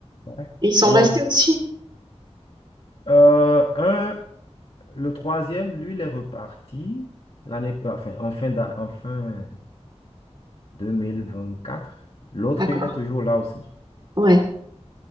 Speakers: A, on the left; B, on the right.
A: Ouais.
B: ils sont
A: On
B: restés
A: a,
B: aussi.
A: euh, un, le troisième, lui, il est reparti l'année, euh, enfin, en fin d'a- en fin 2024. L'autre,
B: D'accord.
A: il est toujours là aussi.
B: Ouais.